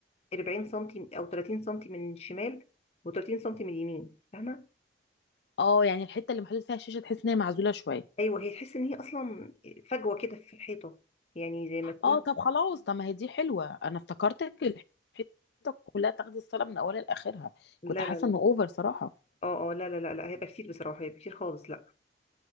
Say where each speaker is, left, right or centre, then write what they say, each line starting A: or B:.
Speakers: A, on the left; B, on the left.
A: 40 سنتي او 30 سنتي من الشمال و30 سنتي من اليمين فاهمه
B: اه يعني الحته اللي محطوط فيها الشاشه تحس ان هي معزوله شويه
A: ايوه هي تحس ان هي اصلا فجوه كده في الحيطه يعني زي ما تكون
B: اه طب خلاص طب ما هي دي حلوه انا افتكرتك الحته كلها تاخدي الصلاه من اولها لاخرها
A: لا
B: كنت حاسه
A: لا لا
B: انه اوفر صراحه
A: اه اه لا لا لا لا هيبقى كتير بصراحه هيبقى كتير خالص لا